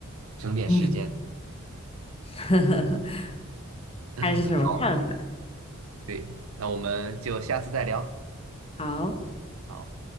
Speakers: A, on the right (about 75°); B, on the left (about 25°).
A: 省点时间。
B: 嗯，<laughs>
A: <laughs>
B: 看是什么看法？
A: 好，对，那我们就下次再聊。
B: 好。
A: 好。